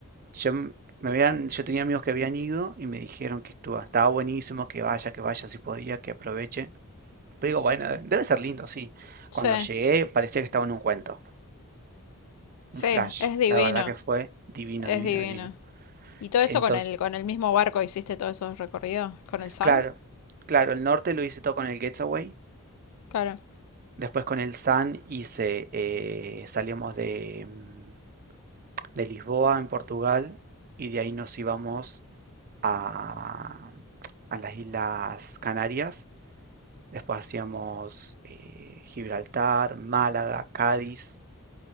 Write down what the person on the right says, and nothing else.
yo m- me habían, yo tenía amigos que habían ido y me dijeron que estuvo, estaba buenísimo, que vaya, que vaya si podía, que aproveche. Pero digo, bueno, debe ser lindo, sí.
Cuando llegué parecía que estaba en un cuento,
un flash.
La verdad que fue divino,
divino,
divino.
Entonces,
claro, claro, el norte lo hice todo con el Getaway.
Después con el Sun hice, eh, salíamos de, mm, de Lisboa en Portugal y de ahí nos íbamos a, a las Islas Canarias. Después hacíamos eh, Gibraltar, Málaga, Cádiz.